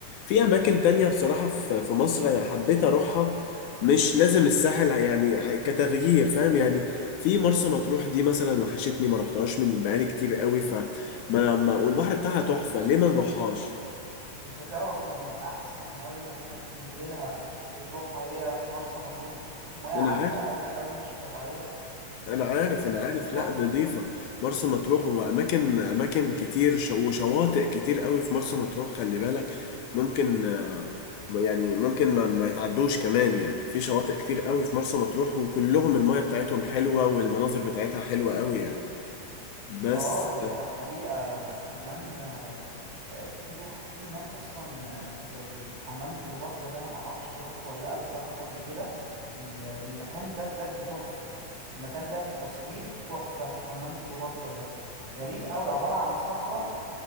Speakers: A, on the left; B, on the right.
A: في اماكن تانية بصراحة في في مصر أنا حبيت اروحها مش لازم الساحل يعني كتغيير فاهم يعني في مرسى مطروح دي مثلا وحشتني ما رحتهاش من بقالي كتير قوي ف ما ما والبحر بتاعها تحفة ليه ما نروحهاش
B: أنت تعرف إن أحسن مية ممكن تنزلها وتروحها هي مرسى مطروح مياه
A: انا
B: عذبة
A: عارف
B: أوي أوي مش طبيعية
A: انا عارف
B: يعني
A: انا عارف
B: تحفة
A: لا نضيفه مرسى مطروح واماكن اماكن كتير ش- وشواطئ كتير قوي في مرسى مطروح خلي بالك ممكن آه، يعني ممكن ما, ما يتعدوش كمان يعني في شواطئ كتير قوي في مرسى مطروح وكلهم المية بتاعتهم حلوة والمناظر بتاعتها حلوة قوي يعني بس
B: اه دي حقيقة وكمان آه، آه، في في هناك اصلا آه، زي حمام كليوباترا ده انا ما اعرفش انت رحت ولا لا بس انا رحت قبل كده ال- المكان ده بجد تحفة المكان ده للتصوير تحفة حمام كليوباترا ده غريب قوي عبارة عن صخرة